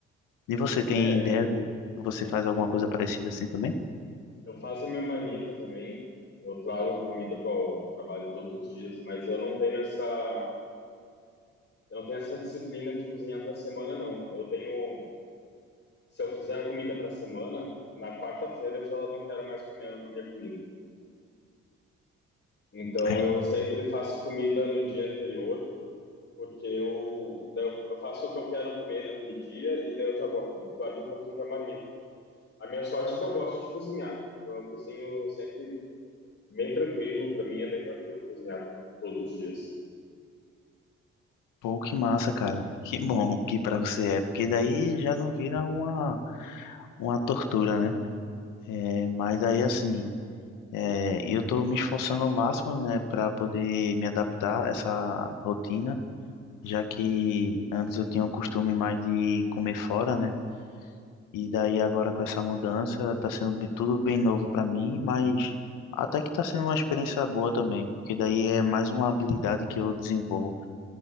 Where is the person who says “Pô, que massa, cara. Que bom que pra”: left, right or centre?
Left